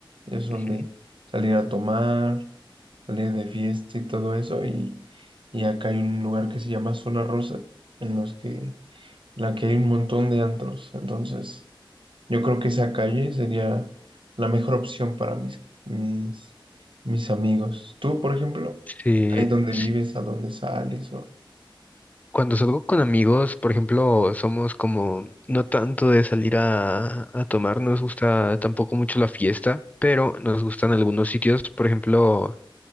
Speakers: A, on the right; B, on the left.
A: ellos son
B: Ujú.
A: de salir a tomar, salir de fiesta y todo eso, y, y acá hay un lugar que se llama Zona Rosa, en los que la que hay un montón de antros. Entonces, yo creo que esa calle sería la mejor opción para mis, mis, mis amigos. Tú, por ejemplo,
B: Sí,
A: ahí donde
B: sí,
A: vives, a donde sales, o...
B: cuando salgo con amigos, por ejemplo, somos como no tanto de salir a, a tomar, no nos gusta tampoco mucho la fiesta, pero nos gustan algunos sitios, por ejemplo,